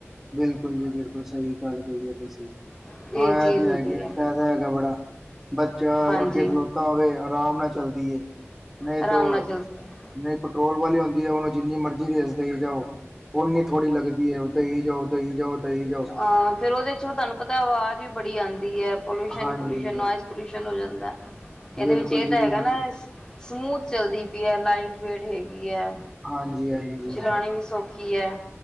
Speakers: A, in the centre; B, on the left (about 15°).
A: ਬਿਲਕੁਲ ਜੀ, ਬਿਲਕੁਲ ਸਹੀ ਗੱਲ ਕਈ ਤੁਸੀਂ।
B: ਹੈ
A: ਹਾਂ
B: ਇਹ
A: ਯਦ
B: ਚੀਜ਼ ਹੁੰਦੀ
A: ਆਗੀ
B: ਹੈ
A: ਫਾਇਦਾ ਹੇਗਾ ਬੜਾ। ਬੱਚਾ
B: ਹਾਂਜੀ।
A: ਅੱਗੇ ਖਲੋਤਾ ਹੋਵੇ ਆਰਾਮ ਨਾਲ ਚੱਲਦੀ ਏ। ਨਹੀਂ
B: ਆਰਾਮ
A: ਤ
B: ਨਾਲ ਚੱਲਦੀ ਹੈ
A: ਨਹੀਂ ਪੈਟਰੋਲ ਵਾਲੀ ਹੁੰਦੀ ਹੈ ਉਹਨੂੰ ਜਿੰਨੀ ਮਰਜ਼ੀ ਰੇਸ ਦੇਈ ਜਾਓ। ਓਨੀ ਥੋੜ੍ਹੀ ਲੱਗਦੀ ਹੈ ਉੱਦ ਹੀ ਜਾਓ ਉ ਹੀ ਜਾਓ। ਦਈ ਜਾਓ
B: ਹਾਂ ਫੇਰ ਉਹਦੇ ਚ ਤੁਹਾਨੂੰ ਪਤਾ ਆਵਾਜ਼ ਵੀ ਬੜੀ ਆਦੀ ਐ। ਪੋਲਿਊਸ਼ਨ
A: ਹਾਂਜੀ
B: ਈ ਪੋਲਿਊਸ਼ਨ ਨੋਇਜ਼ ਪੋਲਿਊਸ਼ਨ ਹੋ ਜਾਂਦੀ। ਇਹਦੇ
A: ਬਿਲਕੁਲ
B: ਵਿੱਚ ਇਹ
A: ਜੀ
B: ਤਾਂ
A: ਬਿਲਕੁਲ
B: ਹੈਗਾ ਨਾ ਸਮੂਥ ਚਲਦੀ ਪਈ ਹੈ ਲਾਈਟ ਵੇਟ ਹੈਗੀ। ਕੀ ਐ
A: ਹਾਂਜੀ ਹਾਂਜੀ
B: ਚਲਾਉਣੀ ਵੀ ਸੌਖੀ ਐ।